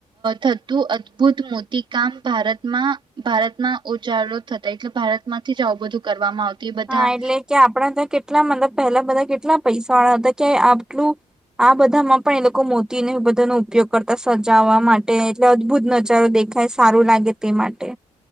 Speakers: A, on the right; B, in the centre.
A: થતું અદભુત મોટી કામ ભારતમાં ભારતમાં ઉજ થતા એટલે ભારતમાંથી જ આવું બધું કરવામાં આવતું તે બધા
B: હા એટલે કે આપણા ત્યા કેટલા મતલબ પહેલા બધા કેટલા પૈસા વાળા હતા કે આટલું આ બધામાં પણ એ લોકો મોતીને એ બધાનો ઉપયોગ કરતા સજાવા માટે એટલે અદભુત નજારો દેખાય સારું લાગે તે માટે